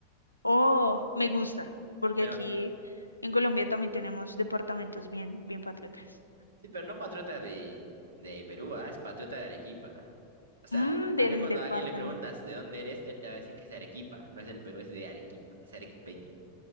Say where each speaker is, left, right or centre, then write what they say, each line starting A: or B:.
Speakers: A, on the left; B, on the right.
A: Oh, me gusta, porque
B: Pero
A: aquí en Colombia también tenemos departamentos bien, bien patriotas.
B: sí, pero no patriota de, de Perú, ah, Es patriota de Arequipa. O sea,
A: Mmm,
B: acá
A: del
B: cuando
A: departamento.
B: a alguien le preguntas de dónde eres, él te va a decir que es de Arequipa. No es del Perú, es de Arequipa, es arequipeño.